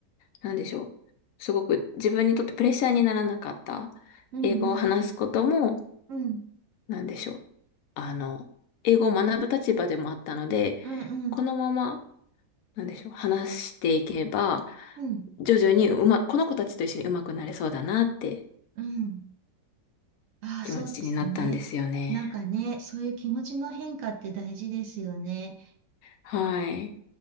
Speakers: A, on the left; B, on the right.
A: なんでしょう。すごく自分にとってプレッシャーにならなかった。
B: うん。
A: 英語を話すことも、
B: うん。うん。
A: なんでしょう。あの、英語を学ぶ立場でもあったので、
B: うんうん。
A: このままなんでしょう、話していけば、
B: うん。
A: 徐々にうま、この子たちと一緒にうまくなれそうだなって
B: うん。ああ、
A: 気持ちになったんですよね。
B: そうですね。なんかね、そういう気持ちの変化って大事ですよね。
A: はい。